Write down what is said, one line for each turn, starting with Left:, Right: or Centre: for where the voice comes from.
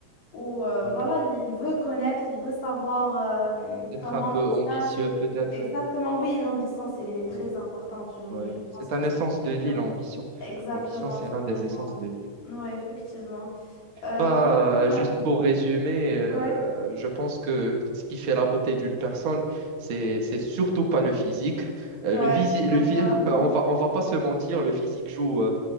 Left: où euh,
Right: ouais.
Left: voilà, il veut connaître, il veut savoir euh,
Right: Être
Left: comment
Right: un peu
Left: ça
Right: ambitieux,
Left: se passe. et-
Right: peut-être.
Left: Exactement, oui, l'ambition, c'est, elle est très
Right: Ouais.
Left: importante. Je,
Right: Ouais,
Left: je pense
Right: c'est
Left: que
Right: un
Left: c'est
Right: essence
Left: le truc,
Right: de vie,
Left: euh,
Right: l'ambition.
Left: exactement,
Right: L'ambition, c'est
Left: c'est
Right: l'un des
Left: vraiment.
Right: essences de vie.
Left: Oui, effectivement. Euh,
Right: Bah,
Left: bah, franchement,
Right: euh, juste pour résumer, euh,
Left: euh, ouais,
Right: je pense que ce qui fait la beauté d'une personne, c'est c'est surtout pas le physique. Euh,
Left: ouais,
Right: le visi-
Left: c'est pas
Right: le
Left: ça.
Right: phy- <laughs>
Left: non.
Right: on va on va pas se mentir, le physique joue euh,